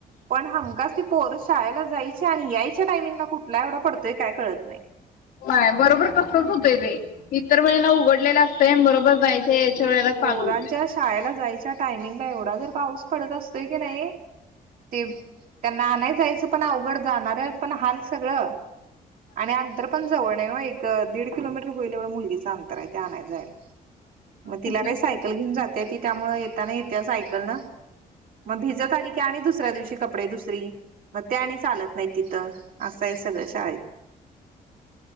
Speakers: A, on the right; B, on the left.
A: पण हमकाच ती पोरस शाळेला जायची आणि यायच्या टायमिंगला कुठला एवढा पडतोय काय कळत नाही.
B: काय बरोबर कसच होतंय ते इतर वेळेला उघडलेलं असतंय बरोबर जायचं. ते या्याच्या वेळेला चालू
A: पोरांच्या
B: होते.
A: शाळेला जायच्या टायमिंगला एवढा जर पाऊस पडत असतोय की नाही ते. त्यांना आनाय जायचं पण अवघड जाणार आहे पण हाल सगळं. आणि अंतर पण जवळ आहे एक दीड किलोमीटर होईल एवढा मुलगीचं अंतर आहे ते आणाय जायला. मग तिला
B: कुठल्या
A: काही सायकल
B: शाळेत आहे?
A: घेऊन जाते ती त्यामुळे येताना येते सायकल ना. मग भिजत आली की आणि दुसऱ्या दिवशी कपडे दुस ्री मग ते आणि चालत नाही तिथं असं आहे सगळं शाळेत.